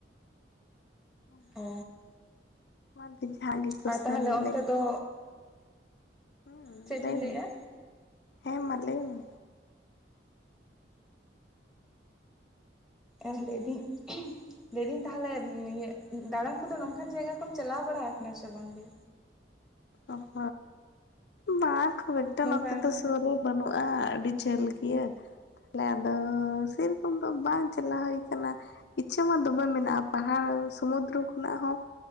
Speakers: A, on the left (about 65°); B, in the centre.
A: ᱦᱩᱸ
B: ᱚ
A: ᱟᱢᱟᱜ ᱫᱚ ᱡᱟᱦᱟ ᱜᱮ <unintelligible> ᱵᱷᱟᱞᱮ ᱜᱮ ᱠᱩᱥᱟᱹᱞ
B: ᱟᱨ ᱛᱟᱦᱚᱞᱮ ᱚᱱᱛᱮ
A: ᱞᱮ
B: ᱫᱚ
A: ᱦᱩᱸ
B: ᱪᱮᱫ
A: ᱞᱟᱹᱭ
B: ᱵᱤᱱ ᱞᱟᱹᱭᱮᱫᱼᱟ
A: ᱢᱮ ᱦᱮᱸ ᱢᱟ ᱞᱟᱹᱭ ᱢᱮ
B: ᱟᱨ ᱞᱟᱹᱭ ᱤᱫᱟᱹᱤᱧ ᱞᱟᱹᱭᱫᱟᱹᱧ ᱛᱟᱦᱚᱞᱮ ᱫᱟᱬᱟᱱ ᱠᱚᱫᱚ ᱱᱚᱝᱠᱟᱱ ᱡᱟᱭᱜᱟ ᱠᱚᱢ ᱪᱟᱞᱟᱣ ᱵᱟᱲᱟ ᱟᱠᱟᱱᱟ ᱥᱮ ᱵᱟᱝᱜᱮ
A: ᱚᱸᱦ ᱫᱟᱲᱟ ᱠᱩᱫᱚ
B: ᱱᱚᱝᱠᱟᱱ
A: ᱱᱚᱛᱮ ᱫᱚ ᱥᱩᱨ ᱨᱮ ᱵᱟᱹᱱᱩᱜᱼᱟ ᱟᱹᱰᱤ ᱡᱷᱟᱹᱞ ᱜᱮᱭᱟᱹ ᱛᱟᱦᱮ ᱟᱫᱚ ᱥᱮᱨᱚᱠᱚᱢ ᱫᱚ ᱵᱟᱝ ᱪᱟᱞᱟᱣ ᱦᱩᱭ ᱟᱠᱟᱱᱟ ᱤᱪᱪᱷᱟᱹ ᱢᱟ ᱫᱚᱢᱮ ᱢᱮᱱᱟᱜᱼᱟ ᱯᱟᱦᱟᱲ ᱥᱩᱢᱩᱫᱨᱚ ᱠᱷᱚᱱᱟᱜ ᱦᱚᱸ